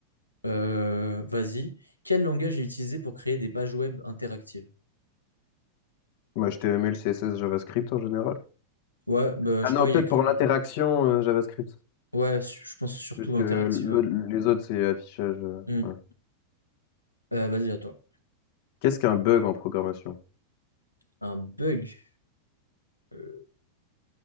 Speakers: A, on the left; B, on the left.
A: Euh, vas-y. Quel langage est utilisé pour créer des pages web interactives?
B: Bah, HTML, CSS, JavaScript en général.
A: Ouais, bah,
B: Ah
A: je sais
B: non,
A: pas, il
B: peut-être
A: y a écrit.
B: pour l'interaction euh, JavaScript.
A: Ouais, su- je pense surtout
B: Plus que
A: interactive,
B: l'autre-
A: ouais.
B: les autres, c'est affichage. euh,
A: Hmm.
B: ouais.
A: Euh, vas-y, à toi.
B: Qu'est-ce qu'un bug en programmation?
A: Un bug. Euh,